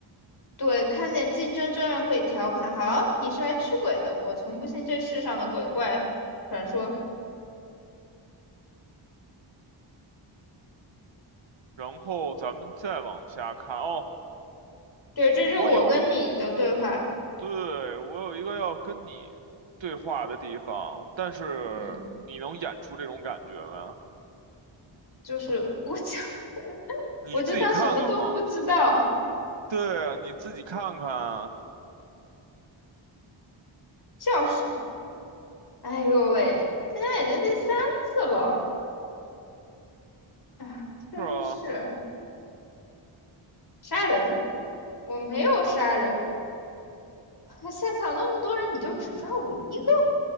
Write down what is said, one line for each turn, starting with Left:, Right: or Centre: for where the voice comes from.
Left: 对，看见竞争真人可以调侃，好，你是来驱鬼的，我从不信这世上的鬼怪传说。
Right: 然后咱们再往下看。哦，
Left: 对，这是我跟你的对话。
Right: 我有，对，我有一个要跟你对话的地方，但是你能演出这种感觉吗？
Left: 嗯，就是我就 <laughs>
Right: 你自己看看嘛。
Left: 我就当什么都不知道，
Right: 对啊，你自己看看啊。
Left: 叫什么？哎呦喂，现在已经第三次了。哎，真是
Right: 是啊，
Left: 杀人！我没有杀人，<laughs> 现场那么多人，你就只抓我一个？